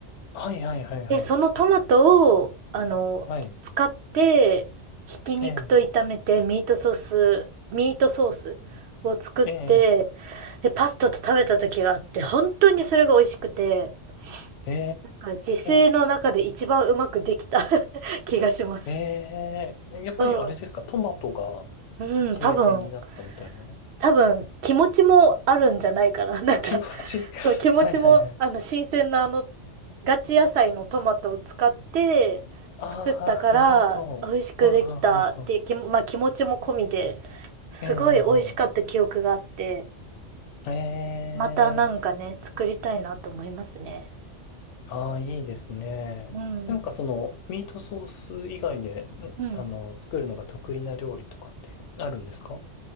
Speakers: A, on the left; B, on the right.
A: はい、はい、はい、はい。
B: で、そのトマトを、あの、
A: はい。
B: 使って、ひき肉と炒めてミートソース、
A: ええ。
B: ミートソースを作って、
A: ええ。
B: で、パスタと食べた時があって、本当にそれが美味しくて、
A: え
B: なんか自炊の中で一番うまくできた
A: え。
B: <laughs> 気がします。
A: ええ。やっぱりあれですか、
B: そう。
A: トマトが
B: うん、
A: 決め手になったみたいな。
B: 多分、多分、気持ちもあるんじゃないかな。<laughs> なんか、
A: あ、気持ちいい。<laughs>
B: そう、気持ちも、
A: はい、はい、はい。
B: あの、新鮮なあの、ガチ野菜のトマトを使って作ったから、
A: ああ、なるほど。
B: 美味しくできたっていう気も、
A: うんうんうんうん
B: まあ気持ちも込みで、すごい美味しかった記憶があって、
A: ええ、ええ、えええ
B: またなんかね、作りたいなと思いますね。
A: ああ、いいですね。
B: うん。
A: なんかその、ミートソース以外で、んあの、
B: うん。
A: 作るのが得意な料理とかってあるんですか